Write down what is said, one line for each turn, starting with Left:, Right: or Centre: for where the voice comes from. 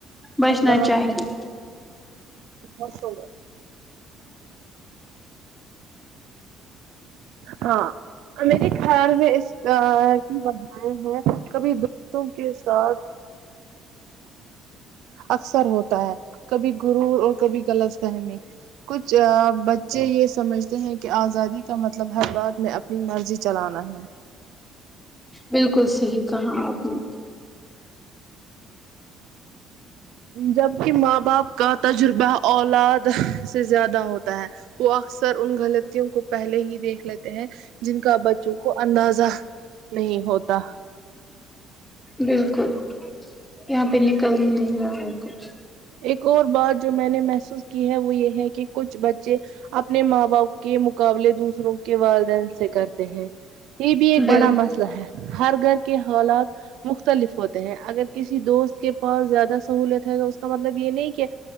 Centre: بچنا
Right: درواز
Centre: چاہیے
Right: ہ چلو ہاں میرے خیال میں اس ہاں کبھی دوستوں کے ساتھ اکثر ہوتا ہے کبھی گر اور کبھی غلط فہمی کچھ بچے یہ سمجھتے ہیں کہ آزادی کا مطلب ہر بات میں اپنی مرضی چلانا ہے
Centre: بالکل صحیح کہااں آپ نے
Right: جبک ماں باپ کا تجربہ اولاد سے زیادہ ہوتا ہے وہ اکثر ان غلطیوں کو پہلے ہی دیکھ لیتے ہیں جن کا بچوں کو اندازہ نہیں ہوتا
Centre: بالکل یہاں پہ نہیں کر ہی نہیں رہا ہے کچھ
Right: ایک اور بات جو میں نے محسوس کی ہے وہ یہ ہے کہ کچھ بچے اپنے ماں باپ کے مقابلے دوسروں کے والدین سے کرتے ہیں یہ بھی ایک
Centre: بالکل
Right: بڑا مسئلہ ہے ہر گھر کے حالات مختلف ہوتے ہیں اگر کسی دوست کے پاس زیادہ سہولت ہے تو اس اس کا مطلب یہ نہیں کہ